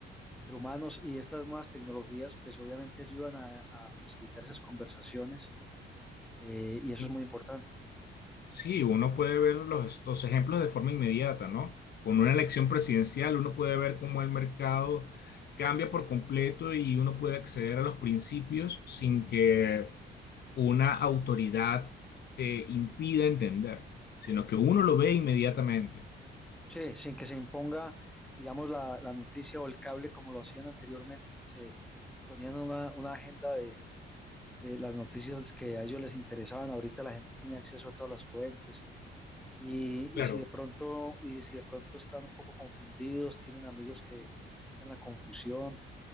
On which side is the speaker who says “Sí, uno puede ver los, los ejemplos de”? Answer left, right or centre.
Left